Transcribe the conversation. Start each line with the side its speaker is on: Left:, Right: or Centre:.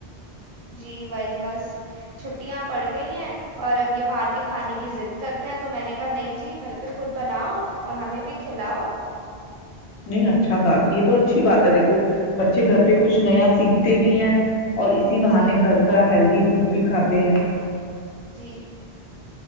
Right: جی بھائی بس چھٹیاں پڑ گئی ہیں اور اب یہ باہر کے کھانے کی ضد کرتے ہیں تو میں نے کہا نہیں جی گھر پہ خود بناؤ اور ہمیں بھی کھلاؤ
Left: نہیں اچھا بات یہ تو اچھی بات ہے دیکھو بچے گھر پہ کچھ نیا سیکھتے بھی ہیں اور اسی بہانے
Right: جی
Left: گھر کا ہیلدی فوڈ بھی کھاتے ہیں
Right: جی